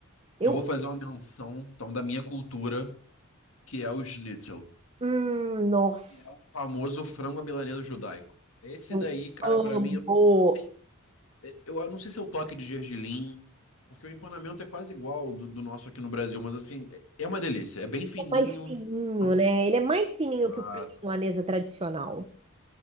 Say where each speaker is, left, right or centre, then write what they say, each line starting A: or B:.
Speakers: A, on the right; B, on the left.
A: Eu.
B: Eu vou fazer uma menção, então, da minha cultura, que é o schnitzel,
A: Hum, nossa.
B: que é o famoso frango à milanesa judaico. Esse
A: Eu
B: daí, cara,
A: amo.
B: pra mim, eu não sei, eu não sei se é o toque de gergelim, porque o empanamento é quase igual do, do nosso aqui no Brasil, mas assim, é é uma delícia, é bem fininho,
A: É Mais fininho,
B: então...
A: né? Ele é mais fininho
B: Exato.
A: que o frango milanesa tradicional.